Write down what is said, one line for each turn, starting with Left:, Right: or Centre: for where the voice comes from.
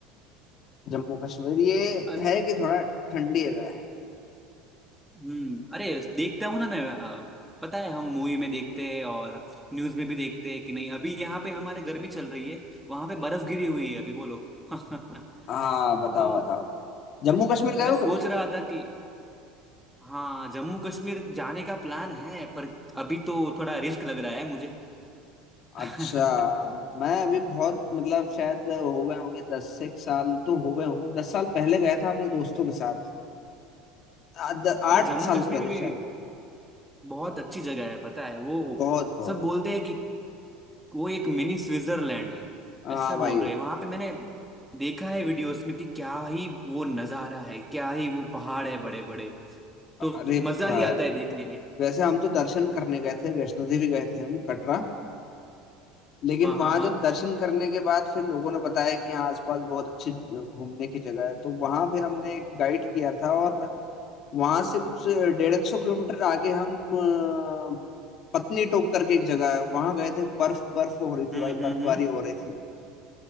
Left: जम्मू कश्मीर ये
Centre: अरे
Left: है कि थोड़ा ठंडी जगह है
Centre: हम्म अरे देखता हूँ ना मैं अ, पता है हम मूवी में देखते हैं और न्यूज में भी देखते हैं कि नहीं अभी यहाँ पे हमारे गर्मी चल रही है वहां पे बर्फ गिरी हुई है अभी बोलो <laughs>
Left: हाँ बताओ
Centre: तो
Left: बताओ जम्मू कश्मीर गए
Centre: मैं
Left: हो
Centre: सोच
Left: कभी
Centre: रहा था कि हाँ जम्मू कश्मीर जाने का प्लान है पर अभी तो थोड़ा रिस्क लग रहा है मुझे <laughs>
Left: अच्छा मैं अभी बहुत मतलब शायद हो गए होंगे दस से एक साल तो हो गए होंगे दस साल पहले गया था अपने दोस्तों के साथ आ- द-
Centre: अरे
Left: आठ
Centre: जम्मू
Left: साल
Centre: कश्मीर
Left: पहले
Centre: भी, भी
Left: शायद
Centre: बहुत अच्छी जगह है पता है वो
Left: बहुत बहुत
Centre: सब बोलते हैं कि वो एक मिनी स्विट्जरलैंड है
Left: हाँ
Centre: ऐसा
Left: भाई
Centre: बोल रहे हैं वहां पे मैंने देखा है वीडियोस में कि क्या ही वो नजारा है क्या ही वो पहाड़ है बड़े बड़े तो
Left: अरे
Centre: मजा
Left: भाई
Centre: ही आता है देखने में
Left: वैसे हम तो दर्शन करने गए थे वैष्णो देवी गए थे हम कटरा लेकिन
Centre: हाँ
Left: वहां
Centre: हाँ हाँ
Left: जब दर्शन करने के बाद फिर लोगों ने बताया कि यहाँ आसपास बहुत अच्छी घूमने की जगह है तो वहां फिर हमने एक गाइड किया था और वहां से कुछ डेढ़ एक सौ किलोमीटर आगे हम अ, पत्नी टॉप करके एक जगह है वहां गए थे बर्फ बर्फ हो रही
Centre: हम्म
Left: थी भाई बर्फबारी
Centre: हम्म हम्म
Left: हो रही थी